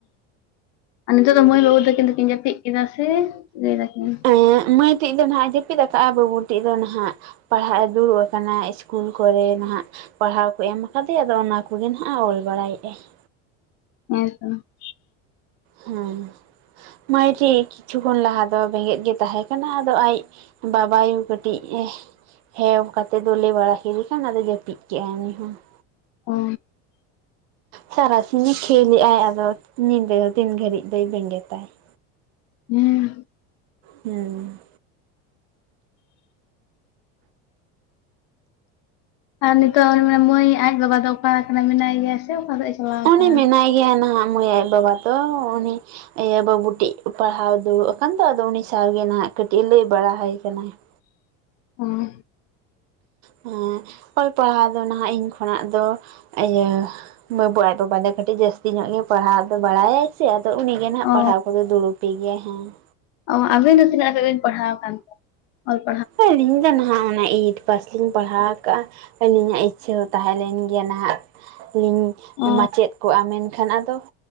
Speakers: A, on the left; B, on the right.
A: ᱦᱚᱸ ᱱᱤᱛᱚᱜ ᱫᱚ ᱢᱟᱹᱭ ᱵᱟᱹᱵᱩ ᱛᱤᱠᱤᱱ ᱫᱟᱠᱤᱱ ᱡᱟᱯᱤᱫ ᱠᱮᱫᱟ ᱥᱮ ᱪᱤᱠᱟᱹᱭᱫᱟᱠᱤᱱ?
B: ᱦᱮᱸ ᱢᱟᱹᱭ ᱴᱤᱡ ᱫᱚ ᱱᱟᱦᱟᱜ ᱮ ᱡᱟᱹᱯᱤᱫ ᱠᱟᱜᱼᱟᱭ ᱵᱟᱹᱵᱩ ᱴᱤᱡ ᱫᱚ ᱱᱟᱦᱟᱜ ᱯᱟᱲᱦᱟᱜ ᱮ ᱫᱩᱲᱩᱜ ᱠᱟᱱᱟᱭ ᱤᱥᱠᱩᱞ ᱠᱚᱨᱮ ᱱᱟᱦᱟᱜ ᱾ ᱯᱟᱲᱦᱟᱣ ᱠᱚ ᱮᱢ ᱟᱠᱟᱫᱮᱭᱟ ᱟᱫᱚ ᱚᱱᱟ ᱠᱚᱜᱮ ᱱᱟᱦᱟᱜ ᱮ ᱚᱞ ᱵᱟᱲᱟᱭᱮᱜᱼᱟᱭ ᱾
A: ᱦᱮᱸ ᱛᱚ ᱾
B: ᱦᱮᱸ ᱢᱟᱹᱭᱴᱤᱡ ᱠᱤᱪᱷᱩ ᱠᱷᱚᱱ ᱞᱟᱦᱟ ᱫᱚ ᱵᱮᱸᱜᱮᱫ ᱜᱮ ᱛᱟᱦᱮᱸ ᱠᱟᱱᱟ ᱟᱫᱚ ᱟᱡ ᱵᱟᱵᱟᱭᱩ ᱠᱟᱹᱴᱤᱡ <inaudible> ᱦᱮᱸᱣ ᱠᱟᱛᱮ ᱫᱚ ᱞᱮ ᱵᱟᱲᱟ ᱠᱮᱫᱮ ᱠᱷᱟᱱ ᱟᱫᱚᱭ ᱡᱟᱹᱯᱤᱫ ᱠᱮᱜᱼᱟᱭ ᱩᱱᱤ ᱦᱚᱸ ᱾
A: ᱚ ᱾
B: ᱥᱟᱨᱟᱥᱤᱝ ᱠᱷᱮᱞ ᱮᱟᱭ ᱟᱫᱚ ᱧᱤᱫᱟᱹ ᱫᱤᱱ ᱜᱷᱟᱹᱲᱤᱡ ᱫᱚᱭ ᱵᱮᱸᱜᱮᱛᱟᱭ ᱾
A: ᱦᱩᱸ
B: ᱦᱩᱸ
A: ᱟᱨ ᱱᱤᱛᱚᱜ ᱢᱟᱱᱮ ᱢᱟᱹᱭ ᱟᱡ ᱵᱟᱵᱟ ᱫᱚ ᱚᱠᱟ ᱠᱟᱱᱟᱭ ᱢᱮᱱᱟᱭ ᱜᱮᱭᱟ ᱥᱮ ᱚᱠᱟ ᱫᱚᱜ ᱚᱭ ᱪᱟᱞᱟᱣ
B: ᱩᱱᱤ
A: ᱠᱟᱱᱟᱭ?
B: ᱢᱮᱱᱟᱭ ᱜᱮᱭᱟ ᱱᱟᱦᱟᱜ ᱢᱟᱹᱭ ᱟᱡ ᱵᱟᱵᱟ ᱛᱚ ᱩᱱᱤ ᱤᱭᱟᱹ ᱵᱟᱹᱵᱩ ᱴᱤᱡ ᱯᱟᱲᱦᱟᱣ ᱫᱩᱲᱩᱵ ᱟᱠᱟᱱ ᱫᱚ ᱟᱫᱚ ᱩᱱᱤ ᱥᱟᱶᱜᱮ ᱱᱟᱦᱟᱜ ᱠᱟᱹᱴᱤᱡ ᱞᱮ ᱵᱟᱲᱟ ᱟᱭ ᱠᱟᱱᱟᱭ ᱾
A: ᱦᱩᱸ
B: ᱦᱮᱸ ᱚᱞ ᱯᱟᱲᱦᱟᱣ ᱫᱚ ᱱᱟᱦᱟᱜ ᱤᱧ ᱠᱷᱚᱱᱟᱜ ᱫᱚ ᱤᱭᱟᱹ ᱵᱟᱵᱩ ᱟᱡ ᱫᱚ ᱠᱟᱹᱴᱤᱡ ᱡᱟᱹᱥᱛᱤ ᱧᱚᱜ ᱜᱮ ᱯᱟᱲᱦᱟᱜ ᱫᱚ ᱵᱟᱲᱟ ᱟᱭ ᱾ ᱥᱮ ᱟᱫᱚ ᱩᱱᱤᱜᱮ ᱱᱟᱦᱟᱜ
A: ᱚ
B: ᱯᱟᱲᱦᱟᱣ ᱠᱚᱫᱚᱭ ᱫᱩᱲᱩᱵ ᱯᱮ ᱜᱮᱭᱟ ᱦᱮᱸ ᱾
A: ᱚ ᱟᱵᱤᱱ ᱫᱚ ᱛᱤᱱᱟᱹᱜ ᱠᱟᱛᱮ ᱵᱤᱱ ᱯᱟᱲᱦᱟᱣ ᱟᱠᱟᱱ ᱛᱮ ᱾
B: ᱟᱹᱞᱤᱧ ᱫᱚ ᱱᱟᱦᱟᱜ ᱚᱱᱟ ᱮᱭᱤᱴ ᱾ ᱯᱟᱥ ᱞᱤᱧ ᱯᱟᱲᱦᱟᱣ ᱠᱟᱜᱼᱟ ᱟᱹᱞᱤᱧᱟᱜ ᱤᱪᱪᱷᱟᱹ ᱦᱚᱸ ᱛᱟᱦᱮᱸ ᱞᱮᱱ ᱜᱮᱭᱟ ᱱᱟᱦᱟᱜ ᱾ ᱞᱤᱧ
A: ᱚ
B: ᱢᱟᱪᱮᱫ ᱠᱚᱜᱼᱟ ᱟᱢᱮᱱ ᱠᱷᱟᱱ ᱟᱫᱚ ᱾